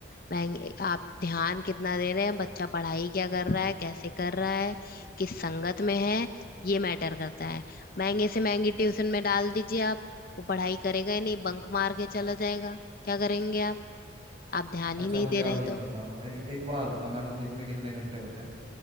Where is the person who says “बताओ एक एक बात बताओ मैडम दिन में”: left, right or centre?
Right